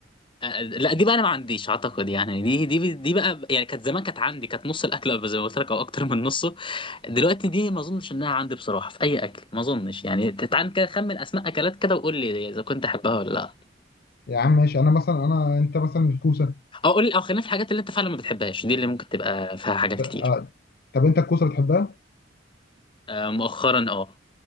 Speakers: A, on the left; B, on the left.
A: آه، لا دي بقى انا ما عنديش اعتقد يعني دي دي دي بقى يعني كانت زمان كانت عندي كانت نص الاكل زي ما قلت لك او اكتر من نصه دلوقتي دي ما اظنش انها عندي بصراحه في اي اكل ما اظنش يعني تعال كده خمن اسماء اكلات كده وقول لي اذا كنت احبها ولا لا
B: يا عم ماشي انا مثلا انا انت مثلا الكوسه
A: او قول لي او خلينا في الحاجات اللي انت فعلا ما بتحبهاش دي اللي ممكن تبقى فيها حاجات
B: ط-
A: كتير
B: طب انت الكوسه بتحبها
A: آه، مؤخرا اه